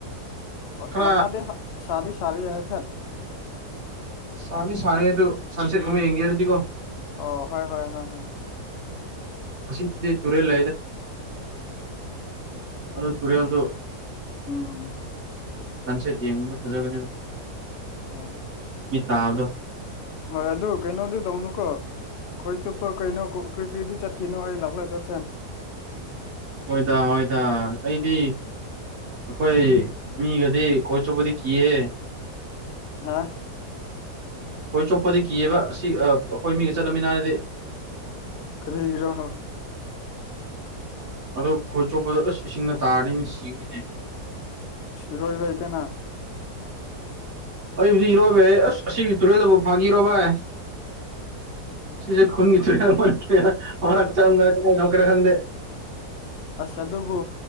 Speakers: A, on the left; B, on the right.
A: ꯍꯣꯏ
B: ꯈꯔ
A: ꯃꯉꯥꯗꯤ ꯁꯥꯗꯤ ꯁꯥꯔꯤ ꯍꯥꯏꯐꯦꯠ꯫
B: ꯁꯥꯗꯤ ꯁꯥꯔꯦ ꯑꯗꯨ ꯁꯟꯁꯦꯠꯒꯨꯝꯕ ꯌꯦꯡꯒꯦ ꯍꯥꯏꯔꯗꯤ ꯀꯣ
A: ꯑꯣ ꯍꯣꯏ ꯍꯣꯏ ꯍꯣꯏ ꯍꯣꯏ
B: ꯑꯁꯤꯗꯤ ꯇꯨꯔꯦꯜ ꯂꯩ ꯑꯗꯨ ꯇꯨꯔꯦꯜꯗꯨ꯫
A: ꯎꯝ꯫
B: ꯁꯟꯁꯦꯠ ꯌꯦꯡꯕꯗꯣ ꯐꯖꯒꯅꯦꯕ꯫
A: ꯁꯥ
B: ꯃꯤꯠ ꯇꯕꯗꯣ꯫
A: ꯍꯣꯏ ꯑꯗꯨ ꯀꯩꯅꯣꯗꯤ ꯇꯧꯅꯨꯀꯣ꯫ ꯈꯣꯏ ꯆꯨꯞꯄ ꯀꯩꯅꯣ ꯀꯔꯤ ꯀꯔꯤꯗꯤ ꯆꯠꯈꯤꯅꯣ ꯑꯩ ꯂꯥꯛꯂꯒ ꯆꯠꯁꯦ꯫
B: ꯍꯣꯏꯗꯥ ꯍꯣꯏꯗꯥ ꯑꯩꯗꯤ꯫ ꯑꯩꯈꯣꯏ ꯃꯤꯒꯗꯤ ꯈꯣꯏ ꯆꯣꯄꯗꯤ ꯀꯤꯌꯦ꯫
A: ꯉꯍꯥ
B: ꯈꯣꯏ ꯆꯣꯞꯄꯗꯤ ꯀꯤꯑꯕ ꯑꯁꯤ ꯑꯩꯈꯣꯏ ꯃꯤꯒ ꯆꯠꯂꯝꯃꯤꯅꯔꯗꯤ꯫
A: ꯀꯔꯤꯔꯣ꯫
B: ꯑꯗꯣ ꯈꯣꯏ ꯆꯣꯞꯄꯗ ꯑꯁ ꯏꯁꯤꯡꯗ ꯇꯥꯔꯗꯤ ꯃꯤ ꯁꯤꯒꯅꯤꯅꯦ꯫
A: ꯏꯔꯣꯏꯕ ꯍꯩꯇꯦꯅ
B: ꯑꯩꯕꯨꯗꯤ ꯏꯔꯣꯏꯕ ꯍꯩ ꯑꯁ ꯑꯁꯤꯒꯤ ꯇꯨꯔꯦꯜꯗꯕꯨꯥꯎ ꯐꯥꯒꯤꯔꯣꯚꯏ꯫ ꯁꯤꯁꯦ ꯈꯨꯟꯒꯤ <unintelligible> ꯈꯪꯗꯦ
A: ꯑꯁ ꯑꯗꯨꯕꯨ꯫